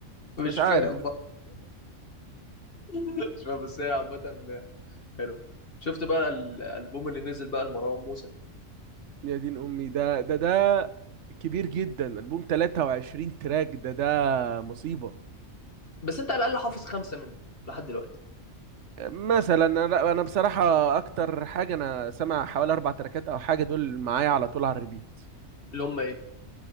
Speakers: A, on the left; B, on the right.
A: مش
B: مش عارف
A: فاهم بقى <laughs> مش فاهم بس هي عامة حلوة شفت بقى ال- الألبوم اللي نزل بقى لمروان موسى
B: يا دين امي ده ده ده كبير جدا البوم 23 تراك ده ده مصيبة
A: بس أنت على الأقل حافظ خمسة منه لحد دلوقتي
B: مثلا انا لا، انا بصراحة اكتر حاجة انا سامع حوالي اربع تراكات او حاجة دول معايا على طول على الريبيت
A: اللي هم إيه